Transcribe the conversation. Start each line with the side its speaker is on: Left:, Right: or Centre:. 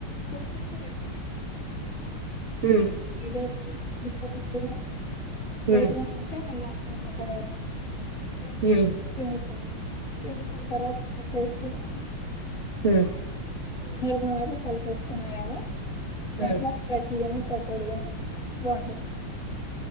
Left: పులుపుకి రెండు ఆప్షన్స్ అనమాట
Right: హ్మ్
Left: ఏదర్ చింత పండుగాని,
Right: హ్మ్
Left: లేదు అంటే నిమ్మ నిమ్మకాయ. ఏదో
Right: హ్మ్
Left: సరే పిండుకుంటర కొని
Right: ఉం
Left: మర్ మ కలుపు కొని వేయలే, దాంట్ల
Right: హ్మ్ హ్మ్
Left: పచ్చిగా, పకోడీ గా బాగుంటది.